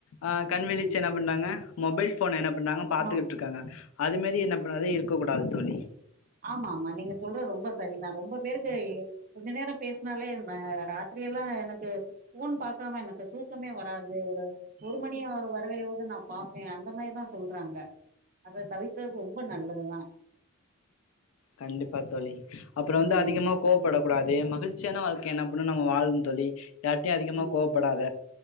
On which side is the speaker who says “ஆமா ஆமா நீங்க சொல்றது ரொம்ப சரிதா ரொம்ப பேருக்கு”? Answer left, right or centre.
Right